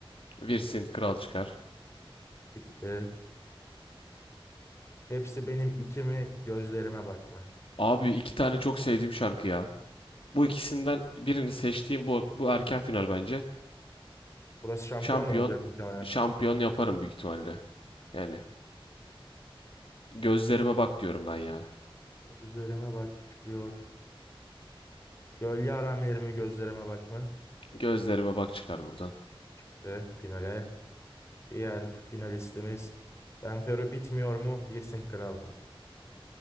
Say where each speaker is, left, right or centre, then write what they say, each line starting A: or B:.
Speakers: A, on the left; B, on the left.
A: Virsint Kral çıkar.
B: Çıktı. Hepsi benim iki mi? Gözlerime bak mı?
A: Abi iki tane çok sevdiğim şarkı ya. Bu ikisinden birini seçtiğim bu bu erken final bence.
B: Burası şampiyon
A: Şampiyon
B: mu olacak muhtemelen?
A: şampiyon yaparım büyük ihtimalle. Yani gözlerime bak diyorum ben ya.
B: Gözlerime bak çıkıyor. Gölge haramileri mi? Gözlerime bak mı?
A: Gözlerime bak çıkar buradan.
B: Çıktı finale. Diğer finalistimiz Benfero bitmiyor mu? Vincent Kral mı?